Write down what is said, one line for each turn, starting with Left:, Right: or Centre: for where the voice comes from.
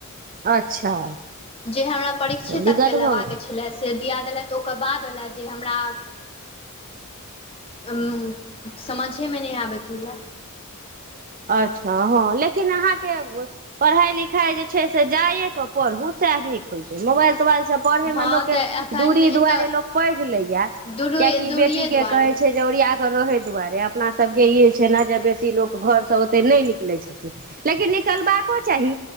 Right: अच्छा
Left: जे हमरा परीक्षे
Right: दिक्कत
Left: तक के लेबा
Right: भऽ गेल
Left: के छलै से दिया देलथिन ओकर बाद बाला आ जे एखन हमरा उ समझे मे नहि आबैत यै
Right: अच्छा हाँ लेकिन अहाँके पढ़ाई लिखाई जे छै से जाइएके पढ़ू सएह नीक होइ छै मोबाइल तोबाइलसे पढ़ेमे
Left: हँ
Right: लोकके
Left: तऽ एखन
Right: दूरी
Left: एतय
Right: दुआरे लोक पढ़ि लैय
Left: दूर
Right: कियाकि
Left: दूरिए
Right: बेटी के
Left: दुआरे
Right: कहे छै जे ओरिया रहे दुआरे अपना सब के इ छै ने जे बेटी लोक घर से ओतेक नहि निकलै छथिन लेकिन निकलबाको चाही